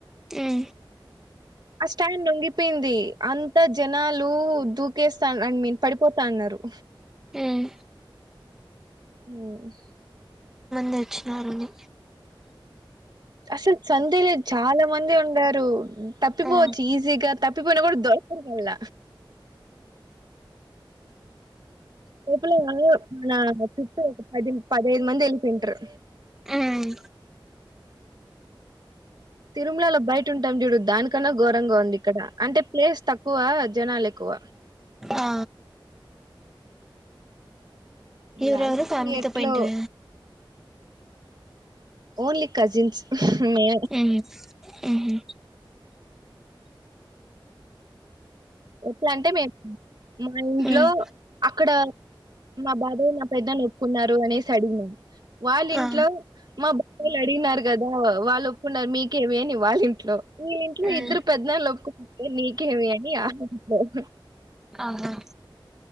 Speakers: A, in the centre; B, on the right (about 55°).
A: ఉమ్
B: ఆ స్టాండ్ వొంగిపోయింది. అంత జనాలు దూకేస్తా ఐ మీన్ పడిపోతా అన్నారు
A: ఉమ్
B: ఉ హు
A: నేర్చినారని
B: అసలు సందే లేదు చాలా మంది ఉండారు తప్పిపోవచ్చు
A: ఆ
B: ఈజీగా తప్పిపోయినా కూడా దొరకరు గాళ్ళ పు మన చుట్టూ ఒక పది పదైదు మంది వెళ్ళిపోంటారు
A: ఉమ్
B: తిరుమలలో బయట ఉంటాం. చూడు దానికన్నా ఘోరంగా ఉంది. ఇక్కడ అంటే ప్లేస్ తక్కువ. జనాలు ఎక్కువ.
A: ఆ ఎవరవరు
B: లాస్ట్
A: ఫామిలీతో
B: ఎట్లో
A: పోయింటివ
B: ఓన్లీ కజిన్స్ మే
A: ఉ ఉహు
B: ఎట్లా అంటే మే మా ఇంట్లో
A: ఉమ్
B: అక్కడ మా బాధా మా పెద్దలు ఒప్పుకున్నారు అనేసి అడిగినాం. వాళ్ళింట్లో
A: ఆ
B: మా బాబ వాళ్ళు అడిగినారు కదా. వాళ్ళు ఒప్పుకున్నారు. మీకేమి అని వాళ్ళ ఇంట్లో ఈ ఇంట్లో
A: ఉమ్
B: ఇద్దరు పెద్దనాళ్ ఒప్పుకున్నా నీకేమి అని. ఓ హ
A: ఆహా